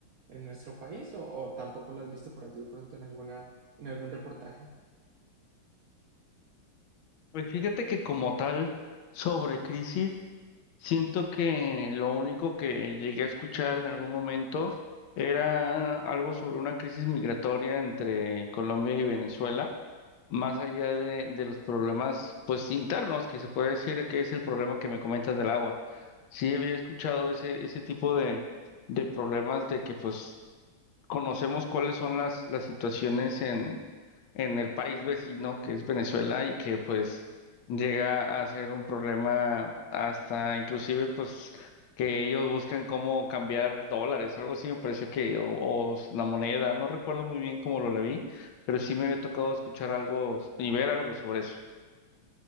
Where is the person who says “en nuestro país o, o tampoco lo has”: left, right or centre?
Right